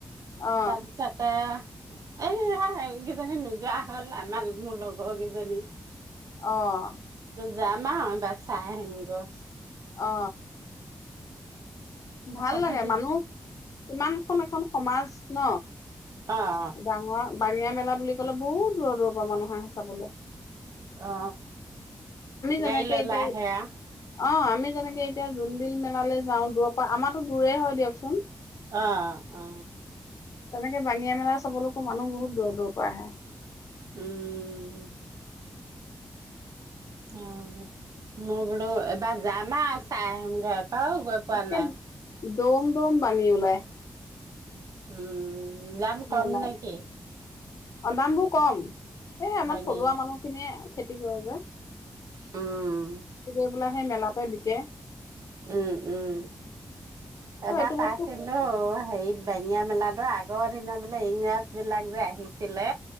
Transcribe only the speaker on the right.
তাৰ পিছতেই এইয়া এইকিজনী নোযোৱা হ'ল আমাৰ মোৰ লগ কিজনী
যাম আ এবাৰ চাই আহিম গৈ
তাৰপিছত
সি
অ',
অ গাই
লৈ
লৈ আহে আও
অ অ
উম অ মই বোলো এবাৰ যামা চাই আহিম গে আৰু গৈ পোৱা
নাই
উম দাম কম
নেকি?
বাঙি
উম,
উম উম
এবাৰ
পাইছিলো
হেৰি বেঙিয়া মেলাতো আগৰ দিনে বোলে ইংৰাজ বিলাক যে আহিছিলে